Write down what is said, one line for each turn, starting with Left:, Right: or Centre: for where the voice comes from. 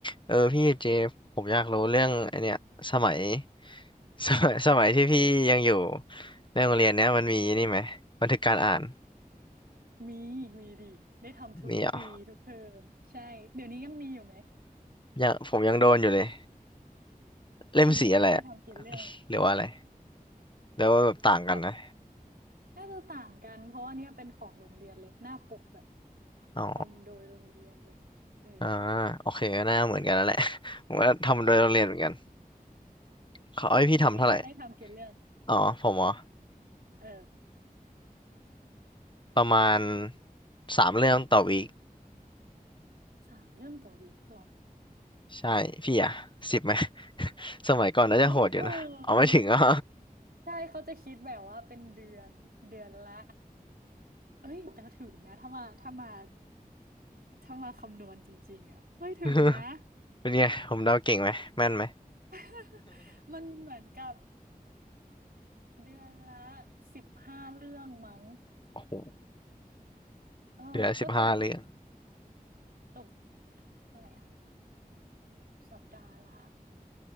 Left: เออพี่เจฟผมอยากรู้เรื่องไอเนี้ยสมัย <laughs> สมัยสมัยที่พี่ยังอยู่ในโรงเรียนเนี้ยมันมีนี่ไหมบันทึกการอ่าน
Right: มีมีดีได้ทำทุกปีทุกเทอมใช่เดี๋ยวนี้ยังมีอยู่ไหม
Left: มีเหรอยังผมยังโดนอยู่เลยเล่มสีอะไรอะ
Right: ปีนี้เขาให้ทำกี่เรื่อง
Left: หรือว่าอะไรหรือว่าแบบต่างกันนะ
Right: แบบน่าจะต่างกันเพราะว่าเนี่ยเป็นของโรงเรียนเลยหน้าปกแบบ
Left: อ๋อ
Right: ทำโดยโรงเรียนเลยเออ
Left: อ่าโอเคก็น่าเหมือนกันแล้วแหละ <laughs> ผมก็ทำโดยโรงเรียนเหมือนกันเขาให้พี่ทำเท่าไหร่
Right: เดี๋ยวนี้เขาให้ทำกี่เรื่อง
Left: อ๋อผมอ๋อ
Right: เออ
Left: ประมาณสามเรื่องต่อวีค
Right: สามเรื่องต่อวีคหรอ
Left: ใช่พี่อะสิบไหม <laughs> สมัยก่อนน่าจะโหดอยู่นะเอาไม่ถึง
Right: ไม่ถึง
Left: <laughs> อ่ะ
Right: ใช่เขาจะคิดแบบว่าเป็นเดือนเดือนละเอ้ยแต่ถึงนะถ้ามาถ้ามาถ้ามาคำนวณจริงๆอ่ะเอ้ยถึงนะ
Left: <laughs> เป็นไงผมเดาเก่งไหมแม่นไหม
Right: <laughs> มันเหมือนกับเดือนละสิบห้าเรื่องมั้ง
Left: โอ้โห
Right: เออก็ตก
Left: เหลือสิบห้าเรื่อง
Right: ตกเท่าไหร่อ่ะสัปดาห์ละ